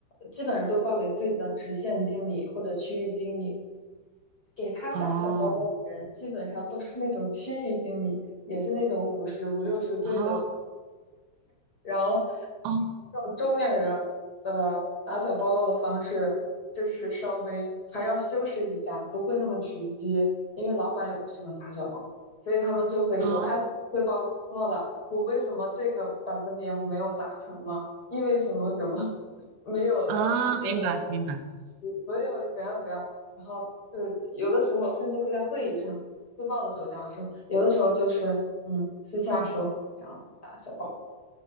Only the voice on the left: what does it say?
基本上都报给自己的直线经理或者区域经理，给他打小报告的人基本上都是那种区域经理，
也是那种五十五六十岁的，
然后。
中年人的打小报告的方式，就是稍微还要修饰一下，不会那么直接，因为老板也不喜欢打小报告，所以他们就会说，
哎，汇报工作了，我为什么这个百分点我没有达成吗？因为什么什么没有当时给我
所以我怎样怎样，然后就是有的时候甚至会在会议上汇报的时候这样说，有的时候就是嗯私下说这样打小报告。